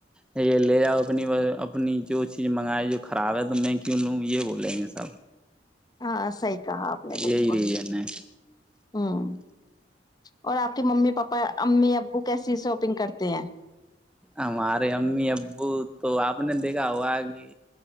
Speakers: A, in the centre; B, on the left (about 25°).
A: یہ یہ لے جاؤ اپنی اپنی جو چیز منگائے جو خراب ہے تو میں کیوں لوں یہ بولیں گے سب
B: ہاں سی کہا اپ نے بالکل
A: یہی ریزن ہے
B: ہوں اور آپ کی ممی پاپا امی ابو کیسی شاپنگ کرتے ہیں
A: ہمارے امی ابو تو آپ نے دیکھا ہوا کہ